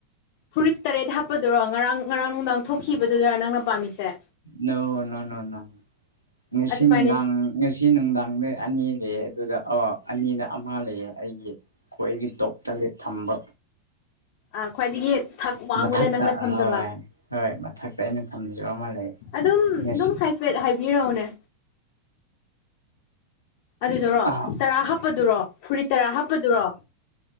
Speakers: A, on the left; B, on the left.
A: ꯐꯨꯔꯤꯠ ꯇꯔꯦꯠ ꯍꯥꯞꯄꯗꯨꯔꯣ ꯉꯔꯥꯡ ꯉꯔꯥꯡ ꯅꯨꯡꯗꯥꯡ ꯊꯣꯛꯈꯤꯕꯗꯨꯗꯔ ꯅꯪꯅ ꯄꯥꯝꯃꯤꯁꯦ
B: ꯅꯣ ꯅꯣ ꯅꯣ ꯅꯣ ꯉꯁꯤ
A: ꯑꯗꯨꯃꯥꯏꯅ
B: ꯅꯨꯡꯗꯥꯡ ꯉꯁꯤ ꯅꯨꯡꯗꯥꯡꯅ ꯑꯅꯤꯂꯩꯌꯦ ꯑꯗꯨꯗ ꯑꯣ ꯑꯅꯤꯗ ꯑꯃ ꯂꯩꯌꯦ ꯑꯩꯒꯤ ꯑꯩꯈꯣꯏꯒꯤ ꯇꯣꯞꯇ ꯊꯝꯕ
A: ꯑ ꯈ꯭ꯋꯥꯏꯗꯒꯤ ꯊꯛ ꯋꯥꯡꯕꯗ
B: ꯃꯊꯛꯇ
A: ꯅꯪꯅ ꯊꯝꯖꯕ
B: ꯍꯣꯏ ꯍꯣꯏ ꯃꯊꯛꯇ ꯑꯩꯅ ꯊꯝꯖꯕ ꯑꯃ ꯂꯩ
A: ꯑꯗꯨꯝ
B: ꯉꯁꯤ
A: ꯑꯗꯨꯝ ꯍꯥꯏꯐꯦꯠ ꯍꯥꯏꯕꯤꯔꯛꯎꯅꯦ ꯑꯗꯨꯗꯨꯔꯣ
B: ꯑꯥ
A: ꯇꯔꯥ ꯍꯥꯞꯄꯗꯨꯔꯣ ꯐꯨꯔꯤꯠ ꯇꯔꯥ ꯍꯥꯞꯄꯗꯨꯔꯣ